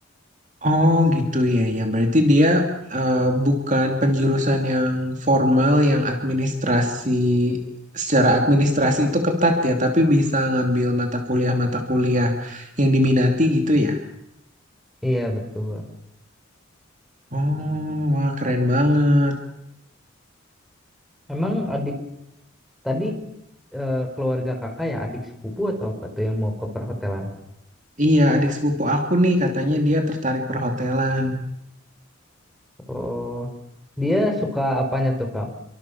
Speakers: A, on the right; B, in the centre.
A: Oh gitu ya ya berarti dia eh, bukan penjurusan yang formal yang administrasi secara administrasi itu ketat ya tapi bisa ngambil mata kuliah-mata kuliah yang diminati gitu ya.
B: Iya, betul.
A: Oh wah keren banget.
B: Emang adik tadi eh, keluarga kakak ya adik sepupu atau apa tuh yang mau ke perhotelan?
A: Iya adik sepupu aku nih katanya dia tertarik perhotelan.
B: Oh, dia suka apanya tuh, Kak?